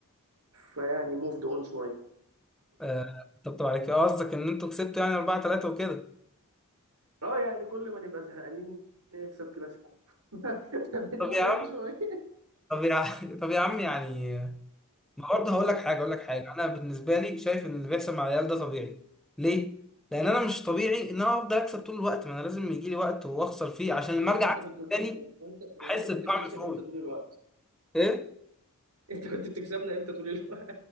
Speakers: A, on the right; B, in the centre.
A: فيعني موفد اون شويه
B: آه، طبطب عليك اه، قصدك ان انتوا كسبتوا يعني 4 3 وكده
A: اه يعني كل ما نبقى زهقانين نكسب كلاسيكو <laughs> بنموف
B: طب يا
A: اون
B: عم
A: شويه
B: طب يا عم <laughs> طب يا عم يعني ما برضه هقول لك حاجه هقول لك حاجه انا بالنسبه لي شايف ان اللي بيحصل مع العيال ده طبيعي ليه لان انا مش طبيعي ان انا افضل اكسب طول الوقت ما انا لازم يجي لي وقت واخسر فيه عشان
A: ليه
B: لما
A: هو
B: ارجع
A: انت
B: اكسب
A: كنت
B: تاني
A: هو انت هو
B: احس
A: انت كنت
B: بطعم
A: بتكسب
B: الفوز
A: امتى طول الوقت
B: ايه
A: انت كنت بتكسبنا امتى طول الوقت